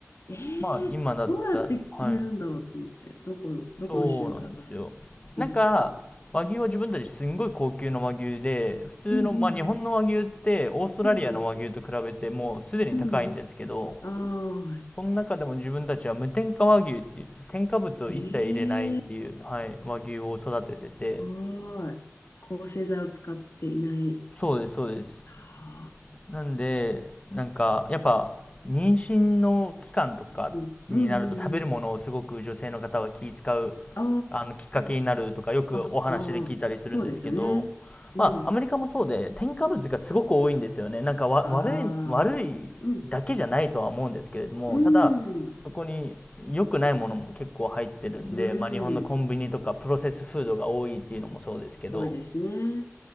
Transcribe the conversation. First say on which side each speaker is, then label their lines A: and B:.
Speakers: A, on the left (about 60°); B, on the left (about 25°).
A: ええどうやって決めるんだろうと思って、
B: まあ、今だったら、はい。
A: どこの、どこの州から
B: そうなんですよ。
A: 決めていくかみたい
B: なんか、和牛は自分たちすんごい高級の和牛で、普通の、
A: な。うんうん
B: まあ日本の和牛ってオーストラリアの和牛と比べてもうすでに高いんですけど、
A: うん。うん。ああ、
B: その中でも自分たちは無添加和牛って言って、添加物を一切入れないっていう、
A: ええーす
B: はい、和牛を育ててて、
A: ごい。抗生剤を使っていない。
B: そうです、そうです。
A: ああ、
B: なんで、なんか、やっぱ、妊娠の期間とかになると食べるものをすごく女性の方は気遣う
A: うんうんうん。あ
B: あの、きっかけになるとか、よくお話で聞いたりするんですけど、
A: あ、あ、ああ、そうですよね。うん。
B: まあ、アメリカもそうで、添加物がすごく多いんですよね。なんかわ、
A: ああ、
B: 悪い、悪いだけじゃないとは思うんですけれども、
A: うん、うん、
B: ただ、そこに良くないものも結構入ってるんで、
A: う
B: まあ、日本のコンビニとかプロセスフードが多いっていうのもそうですけど、
A: ん。多いですね。